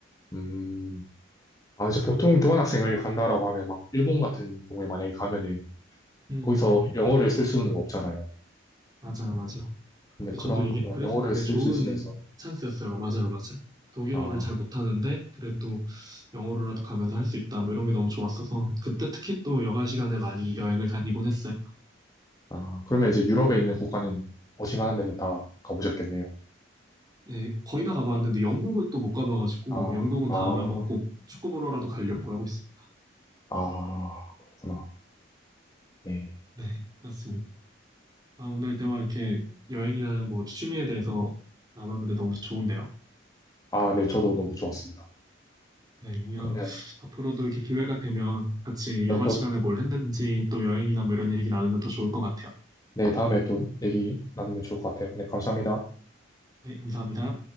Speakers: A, on the left; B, on the right.
A: 음, 아, 이제 보통 교환학생을 간다라고 하면 막 일본 같은 경우에 만약에 가면은
B: 음
A: 거기서 영어를 쓸 수는 없잖아요.
B: 맞아요 맞아요.
A: 근데 그런
B: 저도 이게
A: 어,
B: 그래서
A: 영어를
B: 되게
A: 쓸
B: 좋은
A: 수 있으면서,
B: 찬스였어요. 맞아요, 맞아요. 독일어를
A: 아,
B: 잘 못하는데 그래도 영어로라도 가면서 할 수 있다. 뭐 이런 게 너무 좋았어서 그때 특히 또 여가 시간에 많이 여행을 다니곤 했어요.
A: 아, 그러면 이제 유럽에 있는 국가는 어지간한 데는 다 가보셨겠네요.
B: 네, 거의 다 가봤는데 영국을 또 못 가봐가지고
A: 아,
B: 영국은
A: 아,
B: 다음에 한번 꼭 축구 보러라도 가려고 하고 있어요.
A: 아, 그렇구나. 네.
B: 네, 그렇습니다. 아, 오늘 대화 이렇게 여행이나 뭐 취미에 대해서 나눴는데 너무 좋은데요.
A: 아, 네, 저도 너무 좋았습니다.
B: 네, 이런
A: 그러면
B: 앞으로도 이렇게 기회가 되면 같이
A: 네,
B: 여가
A: 또,
B: 시간에 뭘 했는지 또 여행이나 뭐 이런 얘기 나누면 더 좋을 것 같아요.
A: 네, 다음에 또 얘기 나누면 좋을 것 같아요. 네, 감사합니다.
B: 네, 감사합니다.